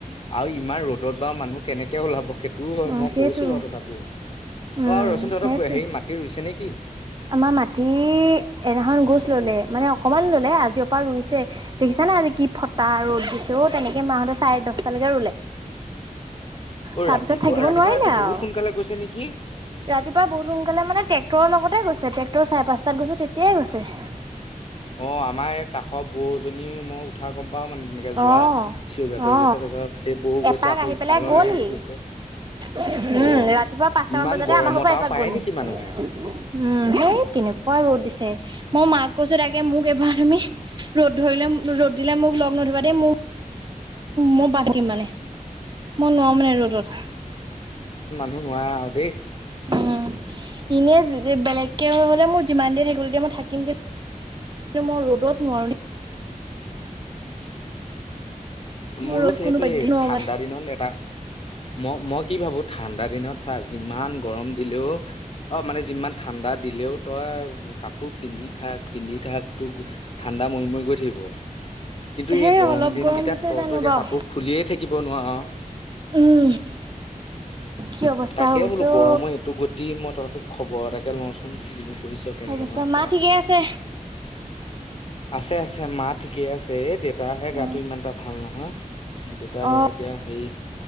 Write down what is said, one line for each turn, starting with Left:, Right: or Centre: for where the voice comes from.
Left: আৰু ইমান ৰ'দত বা মানুহ কেনেকে ওলাব হেত দূৰ হয়
Right: অ'
Left: মই
Right: সেইটো
Left: কৈছো আৰু তথাপিও
Right: উম
Left: অহ ৰ চোন তহঁতৰ
Right: সেইটোৱে।
Left: হেৰি মাটি ৰুইছে নেকি?
Right: আমাৰ মাটি এইনাখন গৈ মানে মানে অকমান ললে আজি অহ পৰা ৰুইছে দেখিছা, সেইকাৰণে আজি কি ফটা ৰ'দ দিছে অ তেনেকে মাহঁতে চাৰে দহটালৈকে ৰুলে।
Left: অহ
Right: তাৰ
Left: ৰাতিপুৱা
Right: পিছত থাকিব
Left: ৰাতিপুৱাতটো
Right: নোৱাৰিলে
Left: বহুত
Right: আৰু
Left: সোনকালে গৈছে নেকি?
Right: ৰাতিপুৱা বহুত সোনকালে মানে ট্ৰেক্টৰ লগতে গৈছে ট্ৰেক্টৰ চাৰে পাঁচটাত গৈছে তেতিয়াই গৈছে ।
Left: অহ আমাৰ এই কাষৰ বৌজনী মই উঠা গম পাওঁ মানে তেনেকে যোৱা
Right: অ
Left: চিঞৰি বাখৰি
Right: অ
Left: গৈছে তাৰপিছত সেই বৌ গৈছে
Right: এপাক
Left: আকৌ
Right: আহি
Left: ইফালে
Right: পেলাই গ'লহি
Left: গৈছে
Right: উম
Left: অ।
Right: ৰাতিপুৱা পাঁচটামান
Left: ইমান
Right: বজাতে
Left: গৰমত
Right: আমাৰ ঘৰৰ পৰা
Left: আৰু
Right: এপাক
Left: পায়
Right: গ'লে
Left: নেকি মানুহে?
Right: উম সেই এনেকুৱা ৰ'দ দিছে মই মাক কৈছো তাকে মোক এবাৰ তুমি ৰ'দ ধৰিলে ৰ'দ দিলে মোক লগ নধৰিবা দেই মোক মই পাতিম মানে মই নোৱাৰো মানে ৰ'দত
Left: নোৱাৰা আৰু দেই
Right: উম। এনেই যে বেলেগকে হলে মোৰ যিমান দেৰি থাকিবলৈ দিয়ে মই থাকিম। মই ৰ'দত নোৱাৰো দেই। মোৰ
Left: মোৰো
Right: ৰ'দ
Left: সেইতোৱেই‌
Right: কোনো পধ্যে
Left: এই
Right: নোৱাৰো
Left: ঠাণ্ডা
Right: মই।
Left: দিনত এটা মই মই কি ভাবোঁ ঠাণ্ডা দিনত চা যিমান গৰম দিলেও অ মানে যিমান ঠাণ্ডা দিলেও তই কাপোৰ পিন্ধি থাক পিন্ধি থাক ঠাণ্ডা মৰি মৰি গৈ থাকিব কিন্তু
Right: হে
Left: এই গৰম
Right: অলপ
Left: দিনকেইটাত
Right: দিছে
Left: তৰতো
Right: জানো
Left: এতিয়া
Right: বাৰু।
Left: কাপোৰ খুলিয়েই থাকিব নোৱাৰ
Right: উম কি অৱস্থা
Left: তাকে
Right: হৈ গৈছে
Left: বোলো
Right: অ
Left: গৰমৰ এইটো গতি মই তহঁতক খবৰ তাকে লওঁচোন কি কিনো কঢ়িছ কেনেকেনো
Right: অৱস্থা
Left: আছে
Right: মা ঠিকে আছে?
Left: <inaudible> আছে আছে মা ঠিকে আছে এ দেউতাহে
Right: অ
Left: গাতটো ইমান এটা ভাল নহয় হা দেউতা
Right: অ',
Left: হেৰা এতিয়া হেই